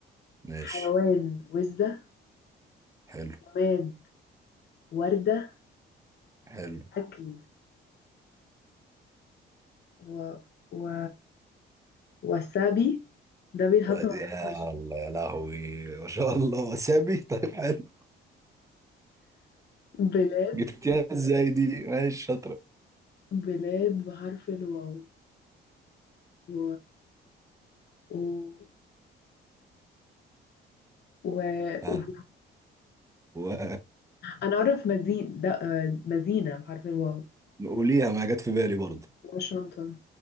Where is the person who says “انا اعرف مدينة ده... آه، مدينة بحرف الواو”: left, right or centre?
Left